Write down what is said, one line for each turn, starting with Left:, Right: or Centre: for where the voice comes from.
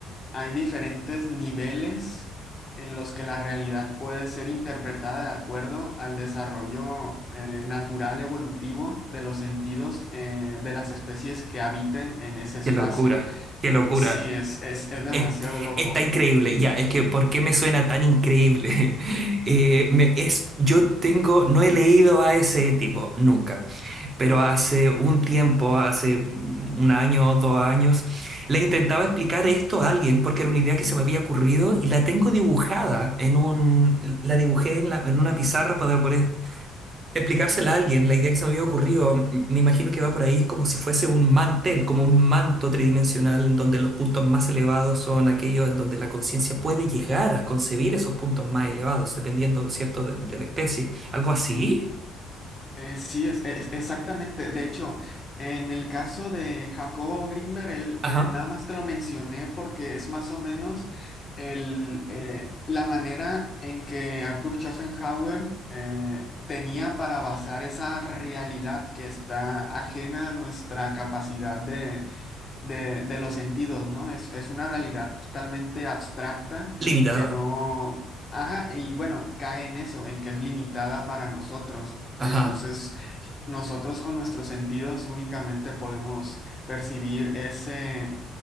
Left: hay diferentes niveles en los que la realidad puede ser interpretada de acuerdo al desarrollo eh, natural evolutivo de los sentidos eh, de las especies que habiten en ese espacio.
Right: Qué locura, qué locura.
Left: Sí, es, es, es demasiado
Right: Es-
Left: loco.
Right: Está increíble, ya, es que ¿por qué me suena tan increíble? <laughs> Eh, me- es, yo tengo, no he leído a ese tipo nunca, pero hace un tiempo, hace un año o dos años, le intentaba explicar esto a alguien porque era una idea que se me había ocurrido y la tengo dibujada en un, la dibujé en, la- en una pizarra para poder, explicársela a alguien, la idea que se me había ocurrido, m- me imagino que va por ahí como si fuese un mantel, como un manto tridimensional en donde los puntos más elevados son aquellos en donde la conciencia puede llegar a concebir esos puntos más elevados, dependiendo, ¿cierto?, de, de la especie. Algo así.
Left: Eh, sí, es, es- exactamente. De hecho, en el caso de Jacobo Grinberg, él,
Right: Ajá.
Left: eh, nada más te lo mencioné porque es más o menos el, eh, la manera en que Arthur Schopenhauer eh, tenía para basar esa realidad que está ajena a nuestra capacidad de, de, de los sentidos, ¿no? Es, es una realidad totalmente abstracta
Right: Limitada.
Left: que no... Ajá, y bueno, cae en eso, en que es limitada para nosotros.
Right: Ajá.
Left: Entonces... Nosotros con nuestros sentidos únicamente podemos percibir ese,